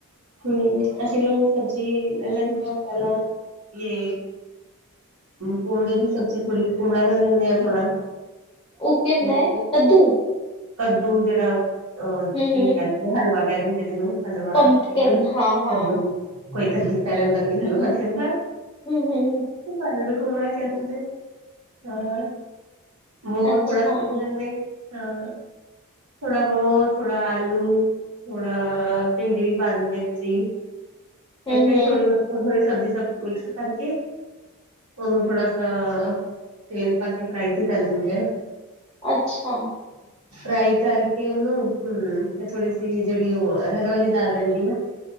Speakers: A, on the right (about 80°); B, on the left (about 20°).
A: ਹੂੰ, ਅਸੀ ਲੋਕ ਸਬਜ਼ੀ ਲੈਂਲੇਦੇ ਆ, ਪਹਿਲਾ ਯੇ ਕੁੰਮੜੇ ਦੀ ਸਬਜੀ ਥੋੜੀ, ਕੁੰਮੜਾ ਲੈਲੇਂਨੇ ਆ ਥੋੜਾ।
B: ਉਹ ਕੀ ਹੁੰਦਾ
A: ਇੱਕ।
B: ਹੈ ਕੱਦੂ
A: ਕੱਦੂ ਜਿਹੜਾ ਅਹ
B: ਹੂੰ
A: ਕੀ
B: ਹੂੰ
A: ਕਹਿੰਦੇ ਹਲਵਾ ਕਹਿ ਦਿੰਦੇ ਜਿਹਨੂੰ, ਹਲਵਾ,
B: ਪੰਪਕਿਨ
A: ਘੀਆ,
B: ਹਾਂ ਹਾਂ
A: ਕੱਦੂ। ਕੋਈ ਕੱਦੂ ਕਹਿ ਲੈਂਦਾ, ਕੋਈ ਹਲਵਾ ਕਹਿੰਦਾ।
B: ਹੂੰ, ਹੂੰ, ਹੂੰ
A: ਸਾਡੇ ਤੇ ਕੁੰਮੜਾ ਕਹਿ ਦਿੰਦੇ, ਹਾਂ। ਵੋ
B: ਅੱਛਾ
A: ਥੋੜਾ ਸ ਲੈ ਲੈਂਦੇ, ਹਾਂ। ਥੋੜਾ ਵੋ, ਥੋੜਾ ਆਲੂ ਥੋੜਾ, ਭਿੰਡੀ ਵੀ ਪਾ ਦਿੰਦੇ ਵਿੱਚੇ ਈ।
B: ਹੂੰ
A: ਇੱਥੇ
B: ਹੂੰ
A: ਹੀ ਥੋੜ੍ਹੀ ਬਹੁਤ, ਥੋੜੀ-ਥੋੜੀ ਸਬਜ਼ੀ ਸਬ ਮਿਕਸ ਕਰਕੇ ਉਹਨੂੰ ਥੋੜਾ ਸਾ, ਤੇਲ ਪਾਕੇ ਫ੍ਰਾਈ ਵੀ ਕਰ ਲੈਂਦੇ ਆ।
B: ਅੱਛਾ।
A: <inaudible> ਫ੍ਰਾਈ ਕਰਕੇ ਉਹਨੂੰ, ਹੂੰ, ਫਿਰ ਥੋੜੀ ਸੀ ਜਿਹੜੀ, ਉਹ ਅਰਹਰ ਵਾਲੀ ਦਾਲ ਰਹਿੰਦੀ ਆ <inaudible>